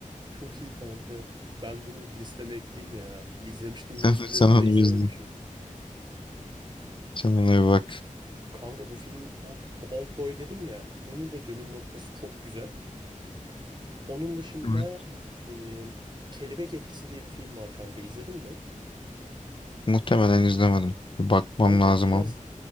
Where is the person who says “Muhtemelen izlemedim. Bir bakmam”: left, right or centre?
Left